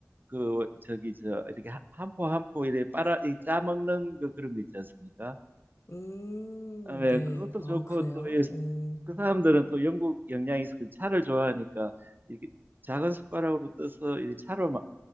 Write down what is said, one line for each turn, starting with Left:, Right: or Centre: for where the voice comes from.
Right: 그, 저기, 저, 이렇게 한포 한포 이렇게 빨아, 이 짜먹는 그 그런 거 있지 않습니까?
Left: 음,
Right: 아, 네,
Left: 네.
Right: 그것도
Left: 아,
Right: 좋고
Left: 그래요?
Right: 또 이
Left: 어,
Right: 그 사람들은 또 영국 영향이 있어 서 차를 좋아하니까 이렇게 작은 숟가락으로 떠서 이 차로 막